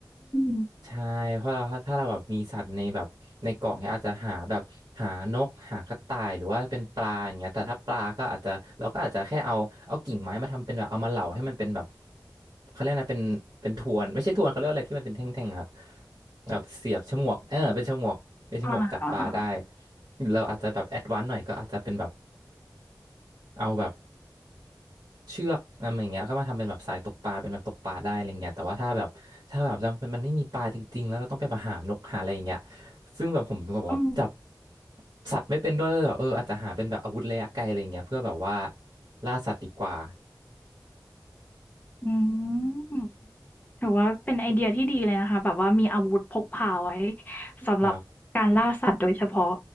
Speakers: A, on the left; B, on the right.
A: ม
B: ใช่เพราะเราถ้าเราแบบมีสัตว์ในแบบในกล่องเนี้ยอาจจะหาแบบหานกหากระต่ายหรือว่าเป็นปลาอย่างเงี้ยแต่ถ้าปลาก็อาจจะเราก็อาจจะแค่เอาเอากิ่งไม้มาทำเป็นแบบเอามาเหลาให้มันเป็นแบบเขาเรียกนะเป็นเป็นทวนไม่ใช่ทวนเขาเรียกว่าอะไรที่มันเป็นแท่งๆครับแบบเสียบฉมวกเออเป็นฉมวกเป็นฉมวกจับปลาได้
A: อา
B: หรือเราอาจจะแบบแอดวานซ์หน่อยก็อาจจะเป็นแบบเอาแบบ เชือกอะไรอย่างเงี้ยก็มาทำเป็นแบบสายตกปลาเป็นแบบตกปลาได้อะไรเงี้ยแต่ว่าถ้าแบบถ้าแบบจำมันไม่มีปลาจริงๆแล้วเราต้องไปหานกหาอะไรอย่างเงี้ยซึ่งแบบผมเป็นคนแบบว่าจับ
A: อืม
B: สัตว์ไม่เป็นด้วยแบบเอออาจจะหาเป็นแบบอาวุธระยะไกลอะไรเงี้ยเพื่อแบบว่าล่าสัตว์ดีกว่า
A: อืม ถือว่าเป็นไอเดียที่ดีเลยนะคะแบบว่ามีอาวุธพกพาไว้สำหรับการล่าสัตว์โดยเฉพาะ
B: ครับ